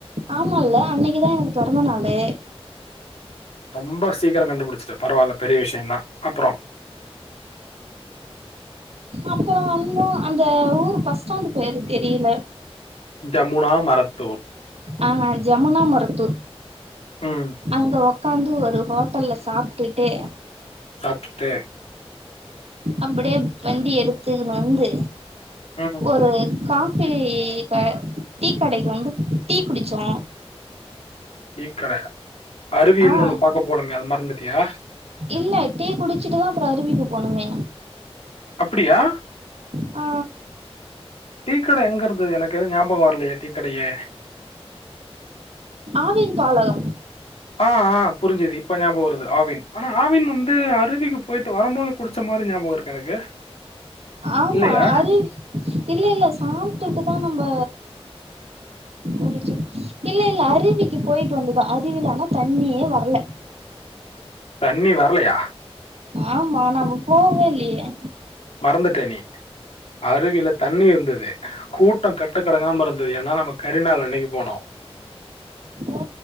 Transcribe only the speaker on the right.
ஆமால்ல அன்னக்கிதா எனக்கு பொறந்த நாளு
அப்பறொ வந்தோ அந்த ஊர் பஸ் ஸ்டாண்டு பேரு தெரியல
அ ஜமுனா மரத்தூர்
அங்க ஒக்காந்து ஒரு ஹோட்டல்ல சாப்ட்டுட்டு
அப்புடியே வண்டி எடுத்துக்ன்னு வந்து
ஒரு காஃபி க டீ கடைக்கி வந்து டீ குடுச்சோ
ஆ
இல்ல டீ குடுச்சிட்டுதா அப்பறொ அருவிக்கு போனொமே
ஆ
ஆவின் பாலகம்
ஆமா
அறி இல்ல இல்ல சாப்ட்டுட்டுதா நம்ப குடுச்சு இல்ல இல்ல அருவிக்கி போயிட்டு வந்துதா அருவில ஆனா தண்ணியே வரல
ஆமா நம்ப போகவே இல்லயே
ஓ